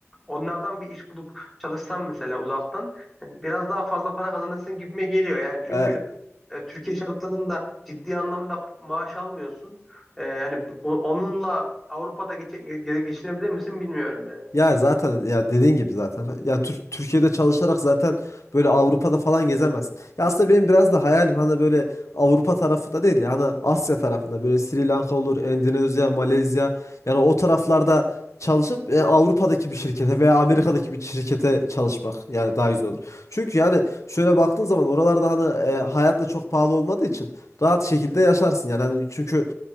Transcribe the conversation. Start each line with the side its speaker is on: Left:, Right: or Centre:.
Centre: Onlardan bir iş bulup çalışsam mesela uzaktan e, biraz daha fazla para kazanırsın gibime geliyor yani. Çünkü
Left: Ee,
Centre: e, Türkiye şartlarında ciddi anlamda maaş almıyorsun. E, yani bu- onunla Avrupa'da geçe- ge- geçinebilir misin bilmiyorum yani.
Left: Ya zaten ya dediğin gibi zaten. Ya Tür- Türkiye'de çalışarak zaten böyle Avrupa'da falan gezemezsin. Ya aslında benim biraz da hayalim hani böyle Avrupa tarafında değil de hani Asya tarafında böyle Sri Lanka olur, Endonezya, Malezya yani o taraflarda çalışıp e, Avrupa'daki bir şirkete veya Amerika'daki bir şirkete çalışmak yani daha güzel olur. Çünkü yani şöyle baktığın zaman oralarda hani e, hayatla çok pahalı olmadığı için rahat şekilde yaşarsın yani hani çünkü